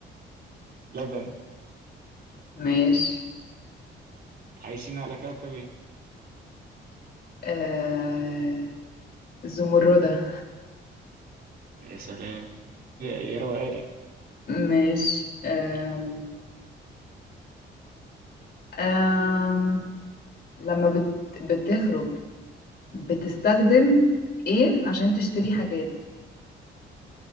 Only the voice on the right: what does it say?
لبن
عايشين على كوكب ايه؟
يا سلام يا يا روقاني